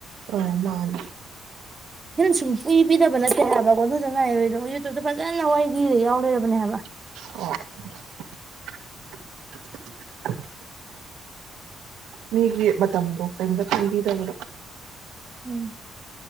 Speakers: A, on the right; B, on the right.
A: ꯑ‌ꯣꯏ ꯃꯥꯅꯤ
B: ꯍꯤꯟꯅ ꯁꯨꯡꯄꯤ-ꯄꯤꯗꯕ ꯅꯠꯇꯦ ꯍꯥꯏꯕ‌ ꯀꯣꯟꯊꯧꯖꯝ ꯂꯥꯏꯔ‌ꯦꯝꯕꯤꯗ‌ꯣ ꯌꯨꯇꯨꯞꯇ ꯐꯖꯅ ꯋꯥꯔꯤ ꯂꯤꯔ ꯌꯥꯎ ꯂꯩꯔꯕꯅꯦ ꯍꯥꯏꯕ
A: ꯑꯣ ꯃꯤꯒꯤ ꯃꯇꯝꯗꯣ ꯀ꯭ꯔꯤꯝꯇ ꯈꯟꯕꯤꯗꯕꯗ‌ꯣ
B: ꯎꯝ